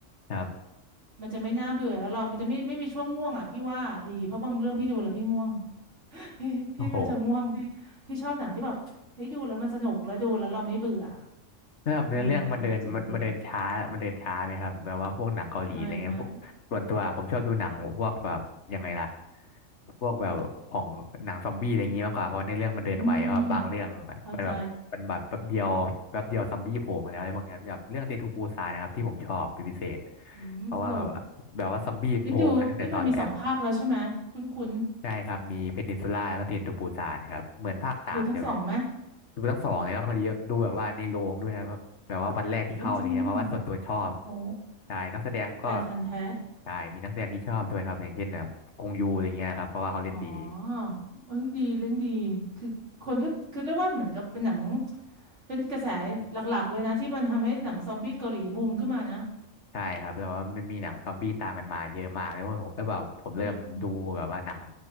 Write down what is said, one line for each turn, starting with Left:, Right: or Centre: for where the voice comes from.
Left: ครับ
Right: มันจะไม่น่าเบื่อแล้วเรามันจะไม่ไม่มีช่วงง่วงอ่ะพี่ว่าดีเพราะบางเรื่องพี่ดูแล้วพี่ง่วง <laughs> พี่พี่ก็จะง่วงพี่พี่ชอบหนังที่แบบเฮ้ยดูแล้วมันสนุกแล้วดูแล้วเราไม่เบื่อ
Left: โอ้โห แล้วแบบเนื้อเรื่องมันเดินมันมันเดินช้ามันเดินช้าไหมครับแบบว่าพวกหนังเกาหลีอะไรเงี้ยพวกส่วนตัวผมชอบดูหนังพวกแบบยังไงล่ะ
Right: อืมถือว่าเจ๋งดีไม่ไม่
Left: พวกแบบของหนังซอมบี้อะไรอย่างงี้มากกว่าเพราะในอเรื่องมันเดินไวเพราะบางเรื่องมันแบบมันแบบแป๊บเดียวแป๊บเดียวซอมบี้โผล่มาแล้วอะไรพวกเนี้ยแบบเรื่องเดทูปูซานนะครับที่ผมชอบเป็นพิเศษ
Right: อืมอืมเข้าใจอืมสนุก
Left: เพราะว่าแบบว่าแบบว่าซอมบี้มันโผล่มาตั้งแต่ตอนแรก
Right: งั้นดูเอ๊ะมันมีสองภาคแล้วใช่ไหมคุ้นคุ้น
Left: ใช่ครับมีเพนินซูล่าแล้วก็เทนทูปูซานครับเหมือนภาคสามจะ
Right: ดูทั้งสองไหม
Left: ดูทั้งสองเลยครับพอดีดูแบบว่าในโรงด้วยนะแบบแบบว่าวันแรกที่เข้าอะไรเงี้ยเพราะว่าส่วนตัวชอบ
Right: โอ้จริงโอ้
Left: ใช่นักแสดงก็
Right: แฟนพันธุ์แท้
Left: ใช่มีนักแสดงที่ชอบด้วยครับอย่างเช่นแบบกงยูอะไรเงี้ยครับเพราะว่าเขาเล่นดี
Right: อ๋อเอ้ยดีเรื่องดีคือคนก็คือเรียกว่าเหมือนกับเป็นหนังเป็นกระแสหลักๆเลยนะที่มันทำให้หนังซอมบี้เกาหลีบูมขึ้นมานะ
Left: ใช่ครับแล้วว่ามันมีหนังซอมบี้ตามกันมาเยอะมากแล้วผมแล้วแบบผมเริ่มดูแบบว่าหนัง
Right: จริง